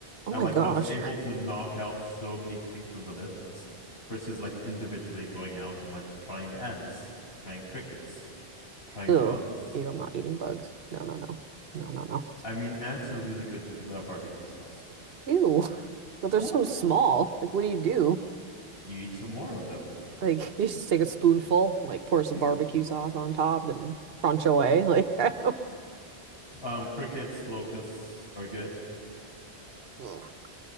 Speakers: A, on the right; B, on the left.
A: oh
B: And
A: my
B: like
A: gosh.
B: I was able to knock out so many things from the list versus like individually going out and like trying ants, trying crickets
A: <laughs>
B: trying
A: Ugh.
B: bugs.
A: Ew, I'm not eating bugs. No, no, no. No, no, no.
B: I mean, ants are really good with uh, barbecue sauce.
A: Ew. <laughs> But they're
B: What?
A: so small. Like, what do you do?
B: You eat some more of them.
A: Like, <laughs> you just take a spoonful, like pour some
B: Yeah.
A: barbecue
B: <laughs>
A: sauce on top and crunch away. Like, <laughs> I don't.
B: um, crickets, locusts are good.
A: <laughs>